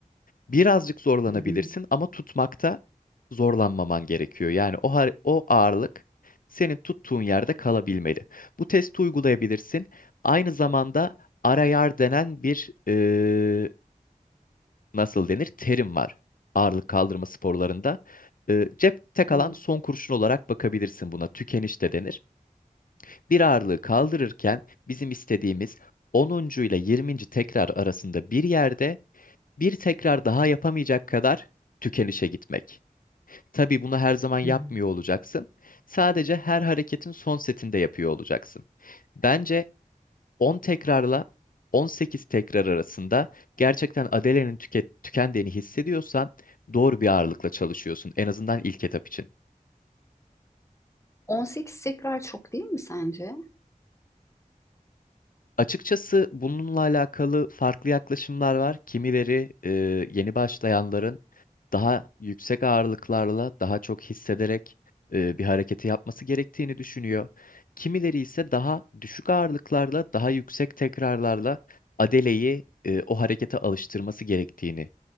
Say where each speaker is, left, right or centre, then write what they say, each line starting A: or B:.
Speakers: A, on the left (about 75°); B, on the left (about 20°).
A: birazcık zorlanabilirsin
B: hı hı,
A: ama tutmakta zorlanmaman gerekiyor. Yani o har- o ağırlık senin tuttuğun yerde kalabilmeli. Bu testi uygulayabilirsin. Aynı zamanda arayar denen bir e, nasıl denir terim var ağırlık kaldırma sporlarında. E, cepte
B: hı hı,
A: kalan son kurşun olarak bakabilirsin buna. Tükeniş de denir. Bir ağırlığı kaldırırken bizim istediğimiz onuncu ile yirminci tekrar arasında bir yerde bir tekrar daha yapamayacak kadar tükenişe gitmek. Tabii bunu her zaman yapmıyor
B: hı hı.
A: olacaksın. Sadece her hareketin son setinde yapıyor olacaksın. Bence 10 tekrarla 18 tekrar arasında gerçekten adelenin tüke- tükendiğini hissediyorsan doğru bir ağırlıkla çalışıyorsun en azından ilk etap için.
B: 18 tekrar çok değil mi sence?
A: Açıkçası bununla alakalı farklı yaklaşımlar var. Kimileri e, yeni başlayanların daha yüksek ağırlıklarla daha çok hissederek e, bir hareketi yapması gerektiğini düşünüyor. Kimileri ise daha düşük ağırlıklarla daha yüksek tekrarlarla adeleyi e, o harekete alıştırması gerektiğini